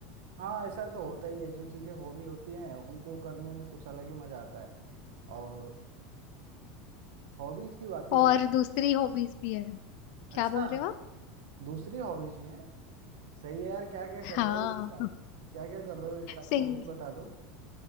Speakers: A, on the right; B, on the left.
A: हाँ ऐसा तो होता ही है जो चीजें हॉबी होती हैं उनको करने में कुछ अलग ही मजा आता है और हॉबीज की बात ही
B: और
A: अलग है
B: दूसरी हॉबीज भी है क्या
A: अच्छा
B: बोल रहे हो आप
A: दूसरी हॉबीज भी हैं सही है यार क्या क्या
B: हाँ
A: कर रहे हो एक साथ क्या क्या कर रहे हो एक साथ
B: सिंग
A: वो भी बता दो